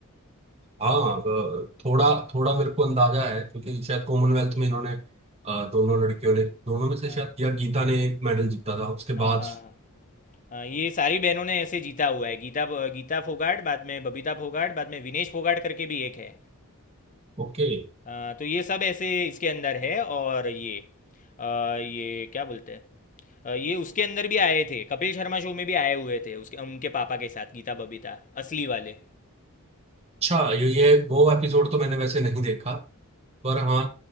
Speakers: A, on the right; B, on the left.
A: हाँ अब थोड़ा थोड़ा मेरे को अंदाजा है क्योंकि शायद कॉमनवेल्थ में इन्होंने अ, दोनों लड़कियों ने दोनों में से
B: हाँ
A: शायद या गीता ने एक मेडल जीता था उसके
B: हाँ
A: बाद
B: हाँ हाँ हाँ, ये सारी बहनों ने ऐसे जीता हुआ है गीता गीता फोगाट बाद में बबीता फोगाट बाद में विनेश फोगाट करके भी एक है
A: ओके
B: हाँ, तो ये सब ऐसे इसके अंदर है और ये अ, ये क्या बोलते हैं अ, ये उसके अंदर भी आए थे कपिल शर्मा शो में भी आए हुए थे उसके उनके पापा के साथ गीता बबीता असली वाले
A: अच्छा ये ये वो एपिसोड तो मैंने वैसे नहीं देखा पर हाँ